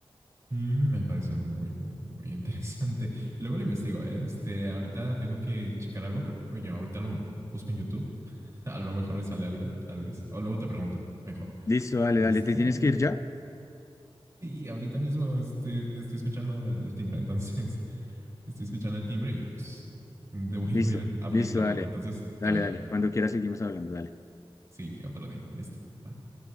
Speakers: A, on the right; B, on the left.
A: Mm, me parece muy, muy, muy interesante. Luego lo investigo, ¿eh? Este, ahorita tengo que checar algo, pero oye, ahorita lo busco en YouTube. <laughs> A lo mejor me sale algo, tal vez. O luego te pregunto, mejor.
B: Listo, dale,
A: Este,
B: dale. ¿Te tienes que ir ya?
A: sí, ahorita mismo este, estoy escuchando el, el timbre, entonces <laughs> estoy escuchando el timbre y pues debo ir
B: Listo,
A: a abrir, abrir
B: listo,
A: la
B: dale.
A: puerta. Entonces
B: Dale,
A: ya vengo.
B: dale. Cuando quieras seguimos hablando, dale.
A: Sí, otro día. Listo. Va.